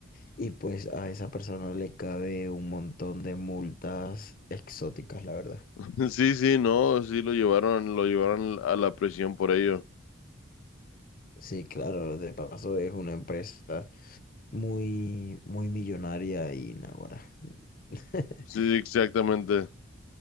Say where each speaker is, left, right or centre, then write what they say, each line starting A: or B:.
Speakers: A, on the left; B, on the left.
A: Y pues a esa persona le cabe un montón de multas exóticas, la verdad.
B: <laughs> Sí, sí, no, sí lo llevaron, lo llevaron a la prisión por ello.
A: Sí, claro, de paso es una empresa muy, muy millonaria y naguará. <laughs>
B: Sí, exactamente.